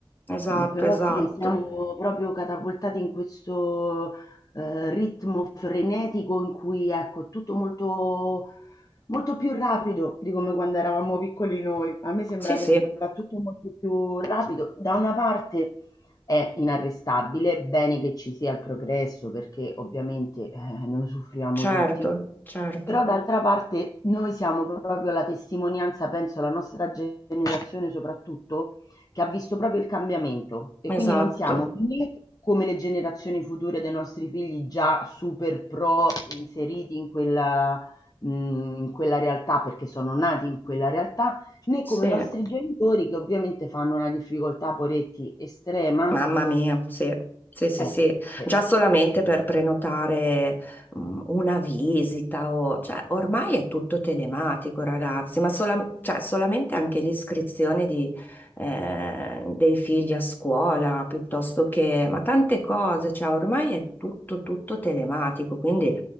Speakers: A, on the left; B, on the left.
A: esatto,
B: Però
A: esatto.
B: sì, siamo proprio catapultati in questo eh, ritmo frenetico in cui, ecco, è tutto molto molto più rapido di come quando eravamo piccoli noi. A me sembra
A: Sì, sì,
B: che va tutto molto più rapido. Da una parte è inarrestabile, bene che ci sia il progresso perché ovviamente eh, ne usufruiamo
A: certo,
B: tutti,
A: certo,
B: però d'altra parte noi siamo proprio la testimonianza, penso, la nostra generazione soprattutto, che ha visto proprio il cambiamento e quindi
A: esatto,
B: non siamo né come le generazioni future dei nostri figli già super pro inseriti in quella mh, in quella realtà perché sono nati in quella realtà, né
A: sì,
B: come i nostri genitori che ovviamente fanno una difficoltà, poretti, estrema.
A: mamma mia, sì, sì, sì,
B: Eh,
A: sì,
B: eh.
A: già solamente per prenotare mm, una visita o, cioè, ormai è tutto telematico, ragazzi, ma sola- cioè, solamente anche l'iscrizione di, eh, dei figli a scuola, piuttosto che, ma tante cose, cioè, ormai è tutto, tutto telematico, quindi...